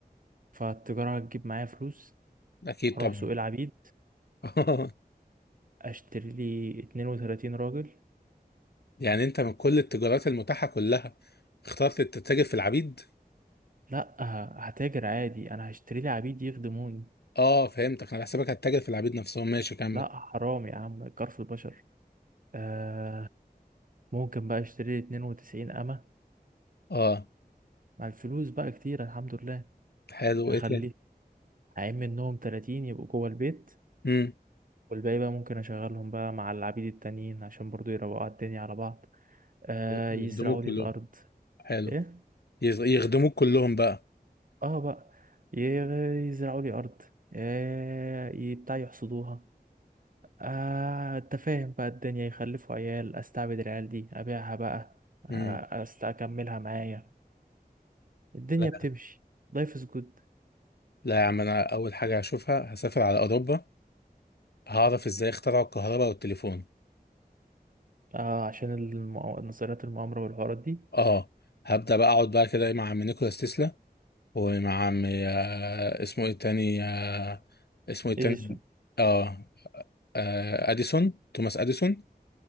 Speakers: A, on the right (about 55°); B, on the left (about 80°).
A: فالتجارة هتجيب معايا فلوس
B: اكيد
A: اروح
B: طبعا
A: سوق العبيد
B: <laughs>
A: اشتري لي 32 راجل
B: يعني انت من كل التجارات المتاحه كلها اخترت تتاجر في العبيد
A: لا هتاجر عادي انا هشتري لي عبيد يخدموني
B: اه فهمتك انا حسابك هتتاجر في العبيد نفسهم ماشي كمل
A: لا حرام يا عم كرف البشر آه ممكن بقى اشتري لي 92 امة
B: اه
A: مع الفلوس بقى كتير الحمد لله
B: حلو
A: هخليه
B: ايه تاني
A: هعين منهم 30 يبقوا جوه البيت
B: امم
A: والباقي بقى ممكن اشغلهم بقى مع العبيد التانيين عشان برضو يروقوا على الدنيا على بعض آه
B: يخدموك
A: يزرعوا لي
B: كلهم
A: الارض
B: حلو
A: ايه
B: يز- يخدموك كلهم بقى
A: اه بقى ي- يزرعوا لي ارض آه ي- بتاع يحصدوها آه انت فاهم بقى الدنيا يخلفوا عيال استعبد العيال دي ابيعها بقى آه
B: امم
A: أست- اكملها معايا الدنيا
B: لا
A: بتمشي لايف از جود
B: لا يا عم انا اول حاجه هشوفها هسافر على اوروبا هعرف ازاي اخترعوا الكهرباء والتليفون
A: آه عشان المؤ... نظريات المؤامرة والحوارات دي
B: اه هبدا بقى اقعد بقى كده مع عم نيكولاس تسلا ومع عم آه، اسمه ايه التاني آه، اسمه ايه التاني
A: اديسون
B: اه آه، اديسون توماس اديسون